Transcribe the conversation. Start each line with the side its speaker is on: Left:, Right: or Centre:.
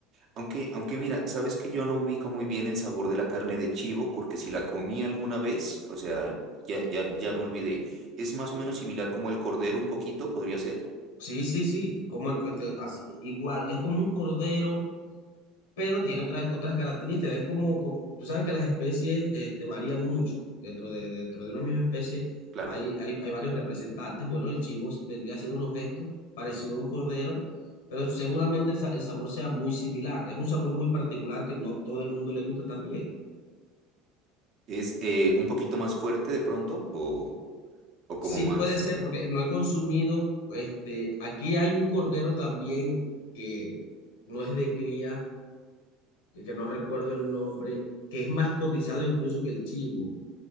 Right: Aunque, aunque mira, sabes que yo no ubico muy bien el sabor de la carne de chivo porque si la comí alguna vez, o sea, ya, ya, ya me olvidé. Es más o menos similar como el cordero un poquito, podría ser.
Left: sí, sí, sí, como el- el- así- igual, es como un cordero pero tiene otras, otras características. Es como, como- tú sabes que las especies este, varían mucho. Dentro de, dentro de una misma especie
Right: Claro.
Left: hay, hay, hay varios representantes. Bueno, el chivo s- vendría haciendo unos gestos parecido a un cordero, pero seguramente el, sa- el sabor sea muy similar. Es un sabor muy particular que no todo el mundo le gusta también.
Right: Es eh, un poquito más fuerte de pronto o, o como
Left: Sí
Right: más.
Left: puede ser, porque no he consumido, este, aquí hay un cordero también que no es de cría, que no recuerdo el nombre, que es más cotizado incluso que el chivo